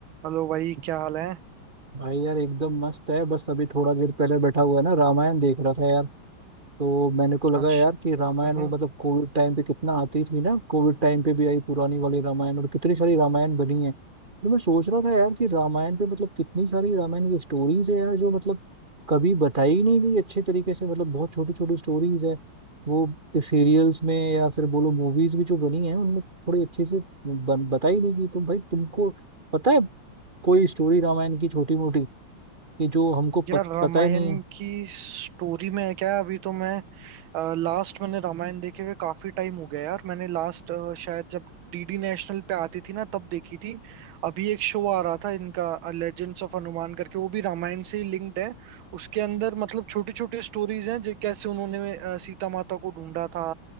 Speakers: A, on the right; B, on the right.
A: Hello भाई क्या हाल है
B: भाई यार एकदम मस्त है बस अभी थोड़ा देर पहले बैठा हुआ है ना रामायण देख रहा था यार तो मैंने को लगा
A: आज
B: यार कि रामायण
A: हम्म
B: वो मतलब कोविड टाइम पे कितना आती थी ना कोविड टाइम पे भी आई पुरानी वाली रामायण और कितनी सारी रामायण बनी है तो मैं सोच रहा था यार कि रामायण पे मतलब कितनी सारी रामायण की स्टोरीज है यार जो मतलब कभी बताई ही नहीं गई अच्छे तरीके से मतलब बहुत छोटी छोटी स्टोरीज है वो सीरियल्स में या फिर बोलो मूवीज भी जो बनी है उनमें थोड़ी अच्छे से बन- बताई नहीं गई तो भाई तुमको पता है कोई स्टोरी रामायण की छोटी मोटी कि जो हमको पत,
A: यार रामायण
B: पता ही नहीं है
A: की स्टोरी में है क्या अभी तो मैं लास्ट मैंने रामायण देखे हुए काफी टाइम हो गया यार मैंने लास्ट शायद जब डीडी नेशनल पे आती थी ना तब देखी थी अभी एक शो आ रहा था इनका लेजेंड्स ऑफ हनुमान करके वो भी रामायण से ही लिंक्ड है उसके अंदर मतलब छोटी छोटी स्टोरीज हैं जे- कैसे उन्होंने अ, सीता माता को ढूंढा था